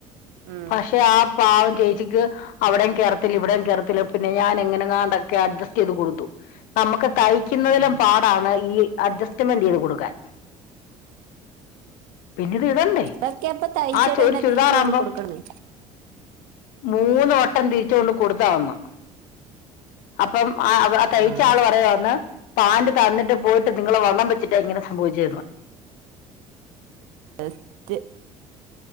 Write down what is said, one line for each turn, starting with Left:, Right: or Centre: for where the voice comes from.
Right: ഉം
Left: പക്ഷേ ആ പാവം ചേച്ചി അവിടെയും കേയർത്തില്ല ഇവിടെയും കേയർത്തില്ല പിന്നെ ഞാൻ എങ്ങനെ എങ്ങാണ്ടൊക്കെ അഡ്ജസ്റ്റ് ചെയ്ത് കൊടുത്തു നമുക്ക് തയ്ക്കുന്നതിലും
Right: ഉം
Left: പാടാണ് ഈ മണ്ടിയതാ കൊടുക്കാൻ പിന്നീട് ഇടണ്ടേ
Right: അതൊക്കെ അപ്പൊ തയ്ച്ചതന്നെ
Left: ആ ചു- ഒരു ചുരിദാറാകുമ്പം
Right: തിരിച്ച് കൊണ്ട് കൊടുക്കന്നെ
Left: മൂന്ന് വട്ടം തിരിച്ചു കൊണ്ട് കൊടുത്താ അന്ന് അപ്പം ആ അവള് ആ തയ്ച്ച
Right: ആഹ്
Left: ആള് പറയാന്ന് പാന്റ് തന്നിട്ട് പോയിട്ട് നിങ്ങള് വണ്ണം വെച്ചിട്ടാ ഇങ്ങനെ <unintelligible>
Right: ടെസ്റ്റ്